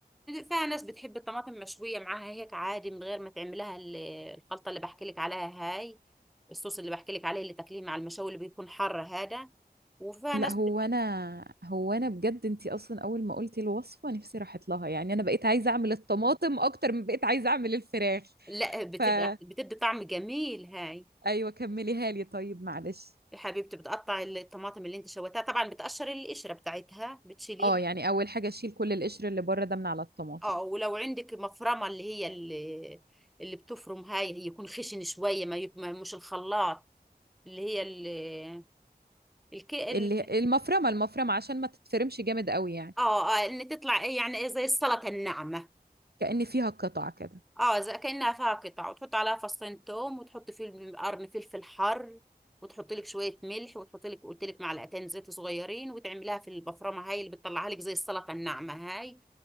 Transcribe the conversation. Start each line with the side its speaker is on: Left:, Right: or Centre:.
Centre: فيها ناس بتحب الطماطم مشوية معاها هيك عادي من غير ما تعملها ال- الخلطة اللي بحكي لك عليها هاي الصوص اللي بحكي لك عليه اللي تاكليه مع المشاوي اللي بيكون حر هذا وفيها
Right: لا
Centre: ناس
Right: هو
Centre: بت...
Right: انا هو انا بجد انتي اصلا اول ما قلتي الوصفه نفسي راحت لها يعني انا بقيت عايزه اعمل الطماطم اكتر من بقيت عايزه اعمل الفراخ
Centre: لا بتبقى
Right: فا
Centre: بتدي طعم جميل هاي
Right: ايوه كمليها لي طيب معلش
Centre: يا حبيبتي بتقطع الطماطم اللي انت شويتها طبعا بتقشر القشرة بتاعتها بتشيليها
Right: اه يعني اول حاجه اشيل كل القشر اللي بره ده من على الطماطم
Centre: اه ولو عندك مفرمة اللي هي اللي, اللي بتفرم هاي يكون خشن شوية ما يك... ما- مش الخلاط اللي هي ال... الك... ال...
Right: اللي المفرمه المفرمه عشان ما تتفرمش جامد قوي يعني
Centre: اه اه ان تطلع ايه يعني ايه زي السلطة الناعمة
Right: كأن فيها قطع كده
Centre: اه زي كأنها فيها قطع وتحط عليها فصين توم وتحط فيه القرن فلفل حر وتحط لك شويه ملح وتحط لك قلت لك معلقتين زيت صغيرين وتعمليها في البفرمه هاي اللي بتطلعها لك زي السلطه الناعمه هاي